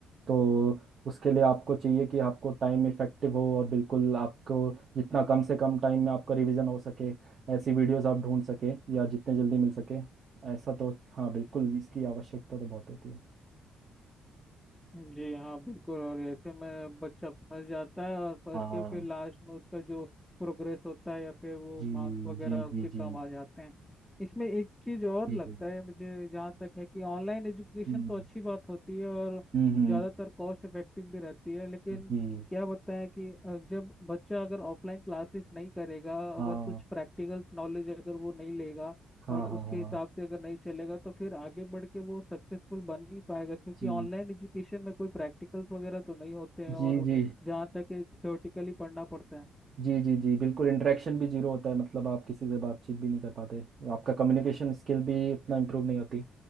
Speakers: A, on the right; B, in the centre.
A: तो उसके लिए आपको चाहिए कि आपको टाइम इफेक्टिव हो और बिल्कुल आपको जितना कम से कम टाइम में आपका रिवीजन हो सके ऐसी वीडियोस आप ढूंढ सके या जितने जल्दी मिल सके ऐसा तो हाँ बिल्कुल इसकी आवश्यकता तो बहुत होती है
B: जी हाँ बिल्कुल और ऐसे में बच्चा फंस जाता है और फंस
A: हाँ
B: के फिर लास्ट में उसका जो प्रोग्रेस होता है या फिर वो
A: जी
B: मार्क्स वगैरह
A: जी
B: उसके
A: जी
B: कम
A: जी
B: आ जाते हैं इसमें एक चीज और
A: जी
B: लगता है मुझे जहाँ तक है कि ऑनलाइन एजुकेशन
A: हम्म
B: तो अच्छी बात होती है और
A: हम्म हम्म,
B: ज़्यादातर कॉस्ट इफेक्टिव भी रहती है लेकिन
A: जी
B: क्या बताएं कि अ, जब बच्चा अगर ऑफलाइन क्लासेस नहीं करेगा अगर
A: हाँ
B: कुछ प्रैक्टिकल नॉलेज अगर वो नहीं लेगा
A: हाँ
B: और उसके
A: हाँ हाँ
B: हिसाब से अगर नहीं चलेगा तो फिर आगे बढ़ के वो सक्सेसफुल बन नहीं पाएगा क्योंकि
A: जी
B: ऑनलाइन एजुकेशन में कोई प्रैक्टिकल्स वगैरह तो नहीं होते हैं और
A: जी जी
B: जहाँ तक थ्योरेटिकली पढ़ना पड़ता है
A: जी जी जी बिल्कुल इंटरेक्शन भी जीरो होता है मतलब आप किसी से बातचीत भी नहीं कर पाते आपका कम्युनिकेशन स्किल भी उतना इम्प्रूव नहीं होती